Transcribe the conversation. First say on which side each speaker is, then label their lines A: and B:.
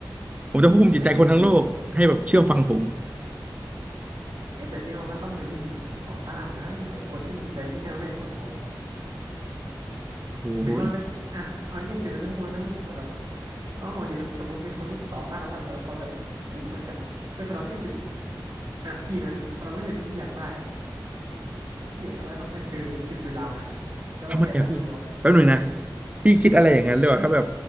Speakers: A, on the right (about 20°); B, on the right (about 65°).
A: ผมจะควบคุมจิตใจคนทั้งโลกให้แบบเชื่อฟังผม
B: ก็จริงเอ๊ะแต่พี่มันก็ต้องมีวิธีต่อต้านนะแบบคนที่มีจิตใจที่แน่วแน่กว่าเราอะ
A: โอ้โห
B: ถึงเราจะอ่ะเอาง่ายๆถึงเราจะพูดนะทั้งโลกแต่แบบน้องลองคิดนะสมมติมีคนที่ต่อต้านเราได้เราเราจะเอ๊ะมันก็เป็นพลังที่มีจุดอ่ะพี่นะพลังวิเศษที่พี่อยากได้พี่อยากได้พลังพิเศษคือหยุดเวลาแล้วเราขยับได้คนเดียว
A: ทำไมอ่ะพี่แป๊บหนึ่งนะพี่คิดอะไรอย่างนั้นเลยว่ะถ้าแบบ